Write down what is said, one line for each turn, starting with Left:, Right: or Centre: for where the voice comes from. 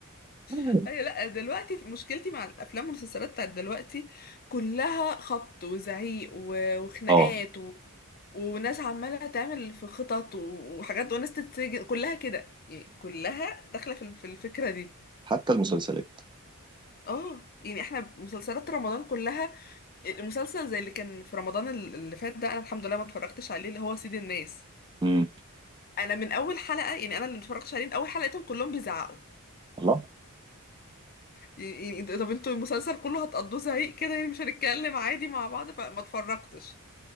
Right: <laughs>
Left: ايوه أيوة، لا دلوقتي مشكلتي مع الافلام والمسلسلات بتاعت دلوقتي كلها خبط وزعيق و- وخناقات
Right: اه
Left: وناس عمالة تعمل في خطط و- وحاجات وناس تتسجن كلها كده يعني كلها داخلة في في الفكرة دي
Right: حتى المسلسلات
Left: اه يعني احنا مسلسلات رمضان كلها المسلسل زي اللي كان في رمضان ال- اللي فات ده انا الحمد لله ما اتفرجتش عليه اللي هو سيد الناس
Right: امم
Left: انا من اول حلقة يعني انا اللي ما اتفرجتش عليه من اول حلقة لقيتهم كلهم بيزعقوا
Right: الله
Left: يعني يعني طب انتوا المسلسل كله هتقضوه زعيق كده يعني مش هنتكلم عادي مع بعض فما اتفرجتش